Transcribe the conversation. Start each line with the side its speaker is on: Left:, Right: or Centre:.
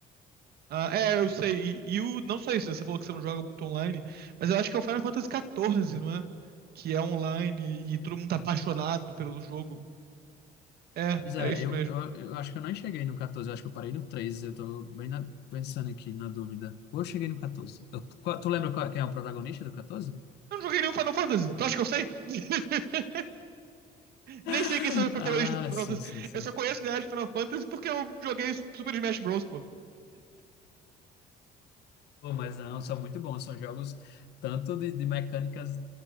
Right: Ah, é, eu sei. E, e o, não só isso, você falou que você não joga muito online, mas eu acho que é o Final Fantasy XIV, não é? Que é online e todo mundo tá apaixonado pelo jogo. É,
Left: Pois
Right: é
Left: é,
Right: isso
Left: eu,
Right: mesmo.
Left: eu, eu acho que eu não cheguei no 14, eu acho que eu parei no 13, eu tô bem na- pensando aqui, na dúvida. Ou eu cheguei no 14. Eu- qual- tu lembra qual- quem é o protagonista do 14?
Right: Eu não joguei nenhum Final Fantasy, tu acha que eu sei? <laughs>
Left: <laughs>
Right: Nem sei quem são os protagonistas
Left: Ah,
Right: do Final
Left: sim,
Right: Fantasy.
Left: sim, sim.
Right: Eu só conheço o ideia de Final Fantasy porque eu joguei Super Smash Bros, pô.
Left: Pô, mas não, são muito bons, são jogos tanto de, de mecânicas